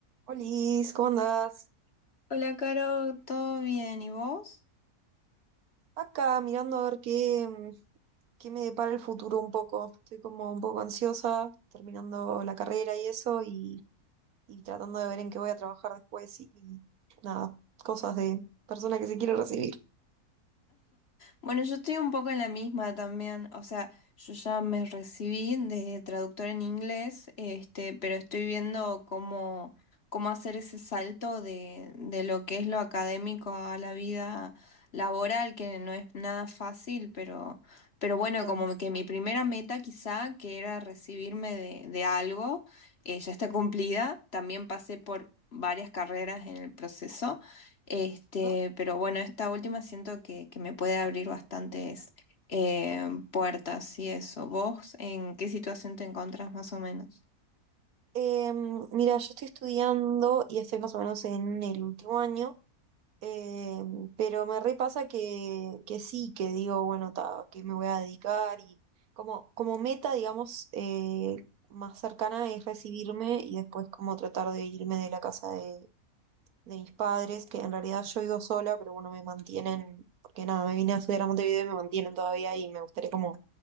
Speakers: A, on the right; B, on the left.
A: Olis, ¿cómo andás?
B: Hola, Caro, ¿todo bien? ¿Y vos?
A: Acá mirando a ver qué, mm, qué me depara el futuro un poco. Estoy como un poco ansiosa, terminando la carrera y eso, y, y tratando de ver en qué voy a trabajar después y, y nada, cosas de persona que se quiere recibir.
B: Bueno, yo estoy un poco en la misma también, o sea, yo ya me recibí de traductora en inglés, este, pero estoy viendo cómo, cómo hacer ese salto de, de lo que es lo académico a la vida laboral, que no es nada fácil, pero, pero bueno,
A: Total,
B: como que mi primera meta quizá, que era recibirme de, de algo, eh, ya está cumplida, también pasé por varias carreras en el proceso. Este,
A: ¿no?
B: pero bueno, esta última siento que, que me puede abrir bastantes eh, puertas y eso. ¿Vos en qué situación te encontrás más o menos?
A: Em, mira, yo estoy estudiando y estoy más o menos en el último año. Eh, pero me repasa que, que sí, que digo, bueno, ta, que me voy a dedicar y como, como meta, digamos, eh, más cercana es recibirme y después como tratar de irme de la casa de, de mis padres, que en realidad yo vivo sola, pero bueno, me mantienen, porque nada, me vine a estudiar a Montevideo y me mantienen todavía y me gustaría como